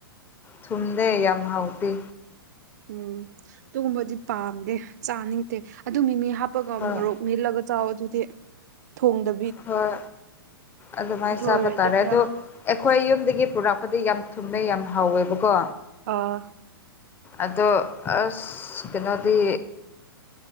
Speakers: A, on the left (about 15°); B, on the right (about 45°).
A: ꯊꯨꯝꯗꯦ ꯌꯥꯝ ꯍꯥꯎꯇꯦ
B: ꯎꯝ ꯑꯗꯨꯒꯨꯝꯕꯗꯤ ꯄꯥꯝꯗꯦ ꯆꯥꯅꯤꯡꯗꯦ ꯑꯗꯨ ꯃꯤꯃꯤ ꯍꯥꯞꯄꯒ
A: ꯍꯣꯏ
B: ꯃꯣꯔꯣꯛ ꯃꯦꯠꯂꯒ ꯆꯥꯎ ꯑꯗꯨꯗꯤ ꯊꯣꯡꯗ
A: ꯍꯣꯏ ꯑꯗꯨꯃꯥꯏꯅ ꯆꯥꯕ
B: ꯑꯣꯏꯔꯗꯤ
A: ꯇꯥꯔꯦ
B: ꯈꯔ
A: ꯑꯣ ꯑꯩꯈꯣꯏ ꯌꯨꯝꯗꯒꯤ ꯄꯨꯔꯛꯄꯗꯤ ꯌꯥꯝ ꯊꯨꯝꯃꯦ ꯌꯥꯝ ꯍꯥꯎꯋꯦꯕꯀꯣ
B: ꯑꯥ
A: ꯑꯗꯣ ꯑꯁ ꯀꯩꯅꯣꯗꯤ